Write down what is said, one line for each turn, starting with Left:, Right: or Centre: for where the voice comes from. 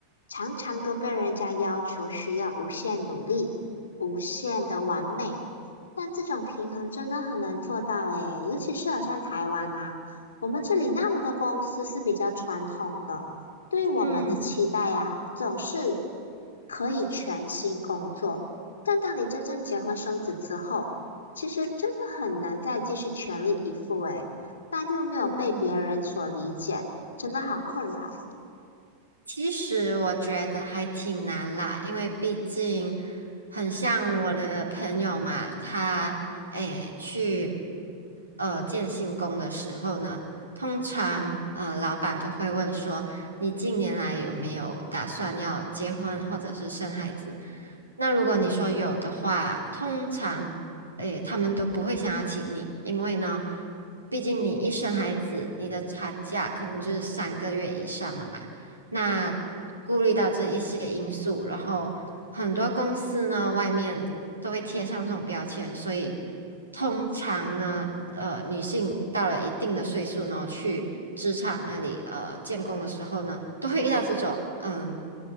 Left: 常常都被人家要求需要无限努力、无限的完美，但这种平衡真的很难做到诶，尤其是好像台湾啊。我们这里那么多公司是比较传统的，
Right: 嗯
Left: 对于我们的期待呀，
Right: 嗯
Left: 总是可以全心工作。但当你真正结婚生子之后，其实真的很难再继续全力以赴诶，但又没有被别人所理解，
Right: 嗯。
Left: 真的好困扰
Right: 其实我觉得还挺难啦，因为毕竟很像我的朋友嘛，他诶去呃建信工的时候呢，通常呃老板都会问说，你近年来有没有打算要结婚或者是生孩子？那如果你说有的话，通常诶他们都不会想要请你，因为呢，毕竟你一生孩子，你的产假可能就是三个月以上了嘛。那顾虑到这一些因素，然后很多公司呢，外面都会贴上这种标签，所以通常呢，呃，女性到了一定的岁数呢，去职场那里呃建工的时候呢，都会遇到这种嗯、